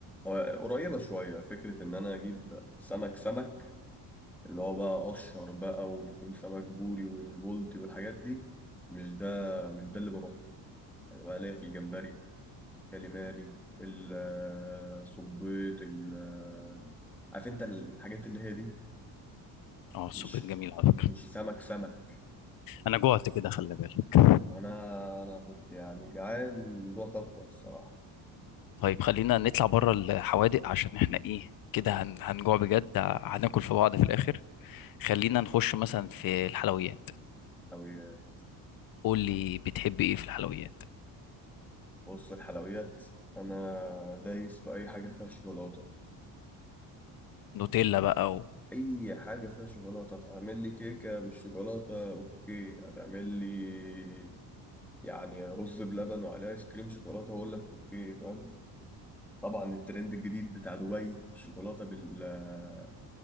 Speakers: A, in the centre; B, on the left.
A: هو قريبة شوية فكرة إن أنا أجيب سمك سمك اللي هو بقى قشر بقى ويكون سمك بوري والبولتي والحاجات دي مش ده مش ده اللي بروح له. يعني بقى ليا في الجمبري كاليماري الصبيط ال- عارف أنت الحاجات اللي هي دي
B: اه السبيط
A: مش
B: جميل على فكره
A: مش سمك سمك
B: انا جوعت كده خلي بالك
A: وأنا أنا كنت يعني جعان جوعت أكتر الصراحة
B: طيب خلينا نطلع بره الحوادق عشان احنا ايه كده هن... هنجوع بجد هناكل في بعض في الاخر خلينا نخش مثلا في الحلويات
A: لو ي-
B: قول لي بتحب ايه في الحلويات
A: بص الحلويات أنا دايس في أي حاجة فيها شوكولاتة
B: نوتيلا بقى و...
A: اي حاجه فيها شوكولاته هتعمل لي كيكه بالشوكولاته اوكي هتعمل لي يعني رز بلبن وعليه ايس كريم شوكولاته هقول لك اوكي فاهم طبعا الترند الجديد بتاع دبي الشوكولاته بال